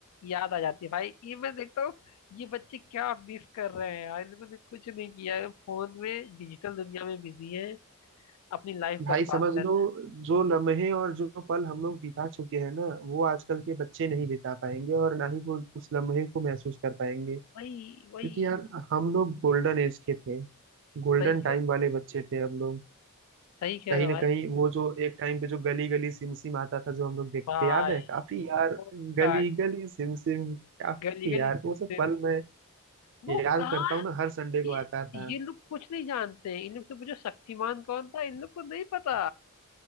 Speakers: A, on the left; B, on the right.
A: याद आ जाती है भाई ये मैं देखता हूँ ये बच्चे क्या मिस कर रहे हैं यार इन लोगों ने कुछ नहीं किया है फोन में डिजिटल दुनिया में बिजी है अपनी लाइफ
B: भाई
A: बर्बाद
B: समझ
A: कर रहे
B: लो
A: हैं
B: जो लम्हे और जो पल हम लोग बिता चुके हैं ना वो आजकल के बच्चे नहीं बिता पाएंगे और ना ही वो उस लम्हे को महसूस कर पाएंगे
A: वही
B: क्योंकि
A: वही
B: यार हम लोग गोल्डन एज के थे गोल्डन
A: सही कह
B: टाइम वाले बच्चे थे हम लोग
A: सही कह
B: कहीं
A: रहे हो
B: ना
A: भाई
B: कहीं वो जो एक टाइम पे जो गली गली सिम सिम आता था जो हम लोग देखते
A: भाई
B: याद है काफी
A: वो
B: यार गली
A: का
B: गली सिम सिम काफी
A: गली गली
B: यार
A: सिस्टम
B: वो सब पल मैं
A: वो
B: याद
A: कहाँ
B: करता हूँ ना हर संडे को
A: ये
B: आता था
A: ये लोग कुछ नहीं जानते हैं। इन लोग से पूछो शक्तिमान कौन था इन लोग को नहीं पता